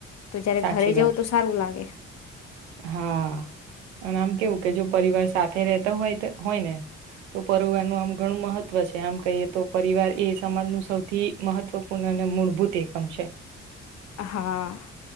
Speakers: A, on the left; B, on the right.
A: તો જયારે
B: સાચી
A: ઘરે
B: વાત
A: જવું તો સારું લાગે
B: હા અન આમ કેવું કે જો પરિવાર સાથે રેતો હોય તો હોય ને તો પરિવાર આમ ઘણું મહત્વ છે આમ કહીએ તો પરિવાર એ સમાજનું સૌથી મહત્વપૂર્ણ અને મૂળભૂત એકમ છે.
A: હા